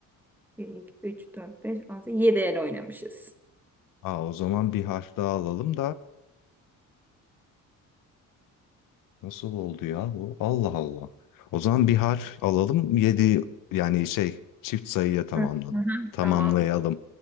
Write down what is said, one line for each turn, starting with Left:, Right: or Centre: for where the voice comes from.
Centre: 1, 2, 3, 4, 5, 6, 7 el oynamışız.
Left: Aa, o zaman bir harf daha alalım da nasıl oldu ya bu? Allah Allah. O zaman bir harf alalım. Yedi yani şey çift sayıya tamamladım.
Centre: Hı hı. hı.
Left: Tamamlayalım.
Centre: Tamamdır.